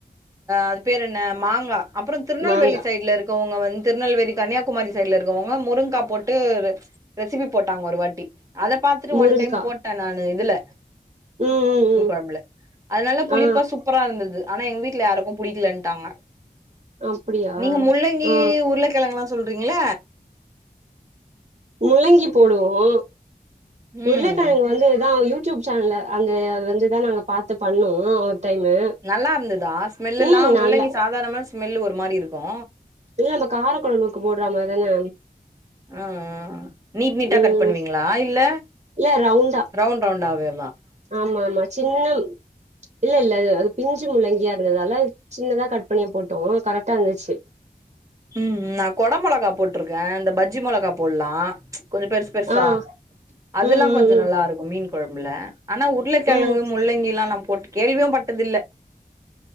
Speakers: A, on the right (about 20°); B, on the right (about 45°).
A: அது பேர் என்ன மாங்கா அப்பறோ திருநெல்வேலி
B: மாங்கா
A: சைட்ல இருக்கவோங்க வந்து திருநெல்வேலி கன்னியாகுமரி சைட்ல இருக்கவோங்க முருங்கா போட்டு ரெ ரெசிபி போட்டாங் ஒரு வாட்டி அத பாத்துட்டு
B: முருங்கா
A: ஒன் டைம் போட்டே நானு இதுல
B: ம் ம் ம்
A: கொழும்புல அதனால புளிப்பா
B: ஆ
A: சூப்பரா இருந் துது ஆனா எங் வீட்ல யாருக்கு புடிகலென்டாங்க
B: அப்டியா
A: நீங்க முள்ளங்கி
B: ஆ
A: உருள கெழங்குலா சொல்றீங்கல
B: முள்ளங்கி போடுவோ
A: ம்
B: உருளக்கெழங்கு வந்துதா யூ டுயூப் சேனல்ல அ <unintelligible> அது வந்துதா நாங்க பாத்து பண்ணோ டைமு
A: நல்லா இருந்துதா ஸ்மெல்லெல்லா
B: ம் நல்லா
A: முள்ளங்கி சாதாரணமா ஸ்மெல்லு ஒரு மாரி இரு க்கு
B: இல்ல நம்ம கார கொழம்புக்கு போடுறா மார் தான
A: அ நீட் நீட்டா
B: ம்
A: கட் பண்ணுவீங்ளா இல்ல
B: இல்ல ரவுண்டா
A: ரவுண் ரண்வுடாவே
B: ஆமா ஆமா சின்னம் இல்ல இல்ல அது பிஞ்சு முள்ளங்கியா இருந்ததால சின்னதா கட் பண்ணியு போட்டோ கரெக்டா இந்துச்சு
A: உம் நா கொட மொளகா போட்ருக்கே இந்த பஜ்ஜி மொளகா போல்லா ப்ச் கொஞ்சொ பெருசு பெருசா
B: ஆ
A: அதெல்லா
B: ம் ம்
A: கொஞ்சொ நல்லாருக்கு மீன் கொழம்புல ஆனா உருளக்கெழங்கு
B: ம் ம்
A: முள்ளங்கில்லா நா போட்டு கேள்வியும் பட்டதில்ல